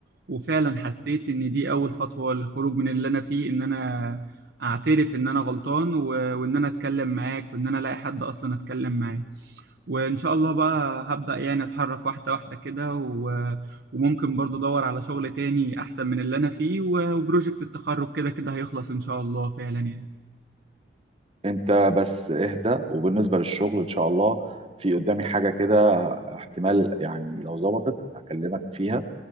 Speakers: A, on the right; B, on the right.
A: وفعلا حسيت ان دي اول خطوة للخروج من اللي انا فيه ان انا اعترف ان انا غلطان و... وان انا اتكلم معاك وان انا الاقي حد اصلا اتكلم معاه وإن شاء الله بقى هبدأ يعني أتحرك واحدة واحدة كده و... وممكن برضه أدور على شغل تاني أحسن من اللي أنا فيه و... وبروجكت التخرج كده كده هيخلص إن شاء الله فعلا يعني
B: انت بس اهدى وبالنسبه للشغل ان شاء الله في قدامي حاجه كده احتمال يعني لو ظبطت هكلمك فيها